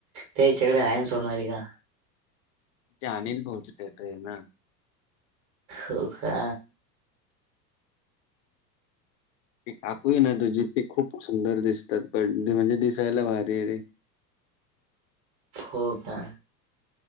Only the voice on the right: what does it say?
त्याच्याकडे आहे ना सोनारी का
हो का
हो का